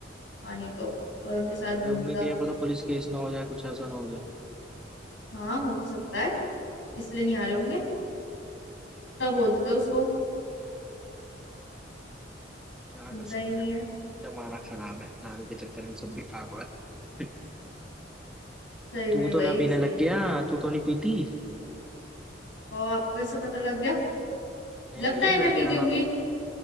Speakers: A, on the left (about 85°); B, in the centre.
A: हाँ नहीं तो और उनके साथ
B: डर रहे
A: घूमता
B: होंगे कि
A: था
B: ये पता पुलिस केस ना हो जाए कुछ ऐसा ना हो जाए
A: हाँ हो सकता है इसलिए नहीं आ रहे होंगे तब बोलते थे उसको
B: क्या
A: सुनता
B: कर सकते
A: ही नहीं
B: हैं
A: है
B: जमाना खराब है दारू के चक्कर में सब भी पाक हो रहा है <laughs>
A: सही
B: तू
A: में
B: तो
A: भाई
B: ना पीने
A: सही
B: लग गया
A: में
B: तू तो नहीं पीती
A: और आपको कैसे पता लग गया
B: नहीं
A: लगता
B: भैया
A: है
B: डर
A: मैं
B: के
A: पीती
B: रहना
A: होंगी
B: पड़ता